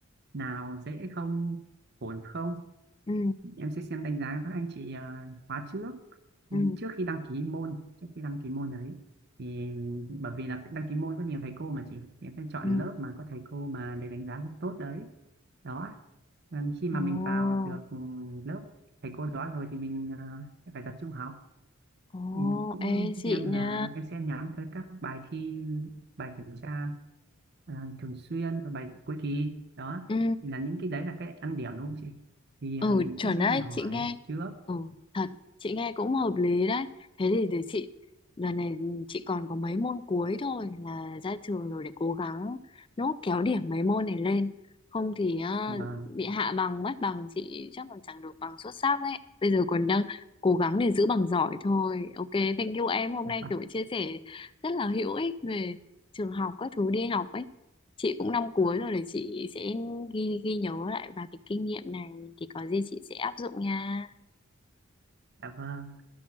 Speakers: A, on the right; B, on the left.
A: nào dễ không ổn không
B: ừ
A: em sẽ xem đánh giá các anh chị à, khóa trước
B: ừ
A: trước khi đăng ký môn trước khi đăng ký môn đấy thì bởi vì là đăng ký môn có nhiều thầy cô mà chị thì em sẽ chọn
B: ừ
A: lớp mà có thầy cô mà để đánh giá tốt đấy đó Ừ, khi mà
B: <laughs> Ồ.
A: mình vào được ừ, lớp thầy cô đó rồi thì mình à, sẽ phải tập trung học
B: Ồ,
A: mình cũng
B: ê chị
A: xem
B: nha.
A: là em sẽ nhắm tới các bài thi bài kiểm tra à, thường xuyên và bài cuối kỳ đó
B: Ừ,
A: thì là những cái đấy là cái ăn điểm đúng không chị thì
B: ừ
A: à, mình
B: chuẩn
A: cũng sẽ
B: đấy,
A: đi hỏi
B: chị nghe.
A: trước
B: Ừ, thật, chị nghe cũng hợp lý đấy. Thế thì để chị, đợt này chị còn có mấy môn cuối thôi là ra trường rồi để cố gắng nốt kéo điểm mấy môn này lên. Không thì ờ,
A: và
B: bị hạ bằng, mất bằng chị chắc còn chẳng được bằng xuất sắc đấy. Bây giờ còn đang cố gắng để giữ bằng giỏi thôi. Ok, thank you em. Hôm
A: Vâng,
B: nay kiểu chia sẻ rất là hữu ích về trường học các thứ đi học ấy. chị cũng năm cuối rồi để chị sẽ ghi ghi nhớ lại và cái kinh nghiệm này thì có gì chị sẽ áp dụng nha
A: dạ vâng.